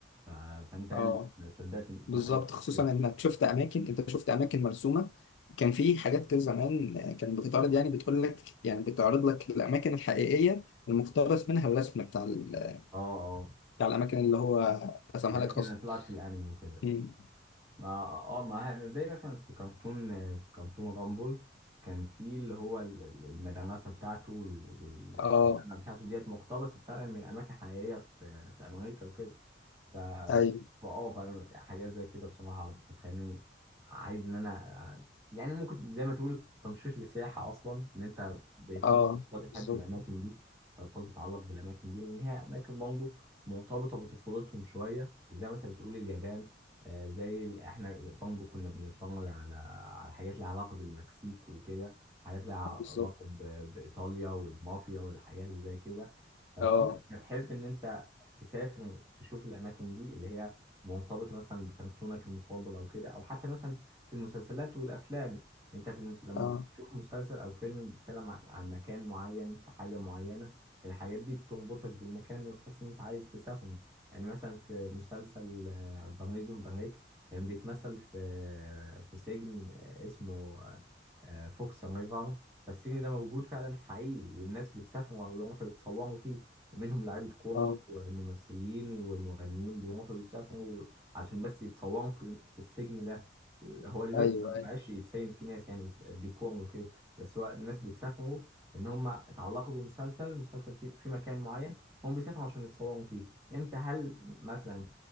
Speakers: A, on the right (about 15°); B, on the left (about 80°).
A: ف- فانت يعني
B: أه
A: ما صدقت إن- مثلا
B: بالظبط خصوصا
A: كده
B: إنك شفت أماكن أنت شفت أماكن مرسومة كان في حاجات كده زمان كانت بتتعرض يعني بتقول لك يعني بتعرض لك الأماكن الحقيقية المقتبس منها الرسم بتاع ال-
A: اه اه
B: بتاع الأماكن اللي هو رسمها
A: الاماكن
B: لك أصلا
A: اللي طلعت في الانمي وكده
B: أمم.
A: ما اه ما زي مثلا في كرتون في كرتون رامبل كان في اللي هو ال- ال- المدرسه بتاعته وال- والشباب
B: أه
A: بتاعته ديت مقتبسه فعلا من اماكن حقيقيه في في امريكا وكده ف
B: أيوه
A: ف- اه فاهم حاجات زي كده بصراحة بتخليني عايز إن أنا يعني ممكن زي ما تقول تنشيط للسياحة أصلا إن أنت بيخلي
B: أه
A: الأطفال يحبوا
B: بالظبط
A: الأماكن دي الأطفال تتعلق بالأماكن دي لأن هي أماكن برضه مرتبطة بطفولتهم شوية زي ما أنت بتقول اليابان آه، زي ال- إحنا برضه كنا بنتفرج على على حاجات ليها علاقة بالمكسيك وكده حاجات ليها
B: بالظبط
A: علاقة ب- بإيطاليا والمافيا والحاجات اللي زي كده فكنت
B: اه
A: بتحب إن أنت تسافر تشوف الأماكن دي اللي هي مرتبطة مثلا بكرتونك المفضل أو كده أو حتى مثلا في المسلسلات والأفلام أنت في المس... لما
B: اه
A: تشوف مسلسل أو فيلم بيتكلم عن عن مكان معين في حاجة معينة الحاجات دي بتربطك بالمكان وتحس إن أنت عايز تسافره يعني مثلا في مسلسل آه، برنيزون بريك كان بيتمثل في آه، في سجن آه، اسمه آه، آه، فوكس ريفر فالسجن ده موجود فعلا حقيقي والناس بتسافر ويروحوا يتصوروا فيه منهم لعيبة كورة
B: اه
A: وممثلين ومغنيين بيروحوا يسافروا عشان بس يتصوروا في في السجن ده هو دلوقتي
B: ايوه
A: ما بقاش
B: ايوه
A: يتسين فيه ناس يعني بس- ديكور وكده بس هو الناس بتسافروا إن هم اتعلقوا بمسلسل مسلسل في, في مكان معين هم بيسافروا عشان يتصوروا فيه أنت هل مثلا